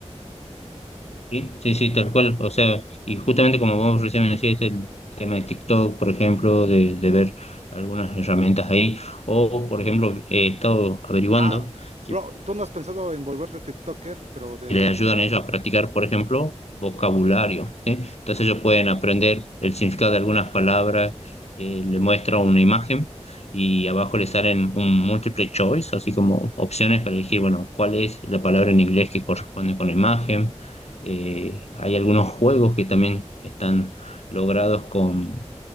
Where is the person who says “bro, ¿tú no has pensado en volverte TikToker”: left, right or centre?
Right